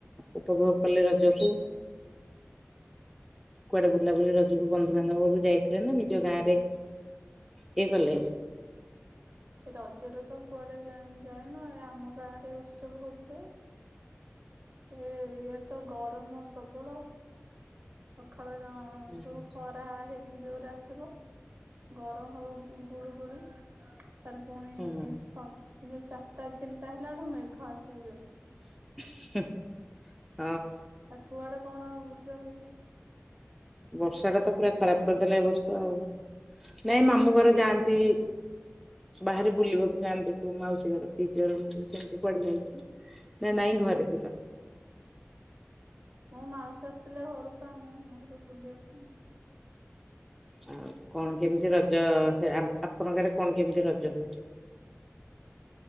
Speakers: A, in the centre; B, on the right.
A: ଉପଭୋଗ କଲେ ରଜକୁ କୁଆଡେ ବୁଲା ବୁଲି ରାଜାକୁ ବନ୍ଦୁ ବନ୍ଧବ ଘରକୁ ଯାଇଥିଲେ ନା ନିଜ ଗାଁ ରେ ହେଇଗଲେ।
B: ରଜରେ ତ କୁଆଡେ ଯାଏ ଯାଏନୁ ଆମ ଗାଁରେ ଉତ୍ସବ ହଉଥିଲେ। ଏ ଇଆଡେ ତ ଗ ଗରମ ପ୍ରବଳ। ସକା ସକାଳଠୁ
A: ହୁଁ
B: ଖରା ହେଇକି ଯୋଉ ଆ ଶିବା। ଗରମ ହଉ ଗୁଳୁଗୁଳି। ସ ପୁଣି
A: ହଁ
B: ସ ଯୋଉ ଚାରଟା ତିନିଟା ହେଲାଠୁ ମେଘ ଆସିବ ଯୋରେ।
A: ହୁଁ।
B: ତ କୁଆଡେ କଣ ବୁଲା ଏଇ?
A: ବର୍ଷା ଟା ତ ପୁରା ଖରାପ କରିଦେଲା ଏ ବର୍ଷ ଆଉ। ନାଇଁ ମାମୁଁ ଘର
B: ହଁ
A: ଯାଆନ୍ତି।
B: ପା
A: ବାହାରେ ବୁଲିବାକୁ ଯାଆନ୍ତି। କୋଉ ମାଉସୀ ଘର ପିଇସି ଘର ସେମତି କୁଆଡେ ଯାଇଛ ନା ନାଇଁ ଘରେ ଥିଲ।
B: ମୋ ମାଉସୀ ଆସିଥିଲେ ଘରକୁ ଆମ ଘରୁ ବୁଲିବା ପାଇଁ ଆଉ।
A: ଆଉ। କଣ କେମିତି
B: ଆଉ।
A: ରଜ ସେ ଆପଣଙ୍କ ଆଡେ କଣ କେମିତି ରଜ ହୁଏ?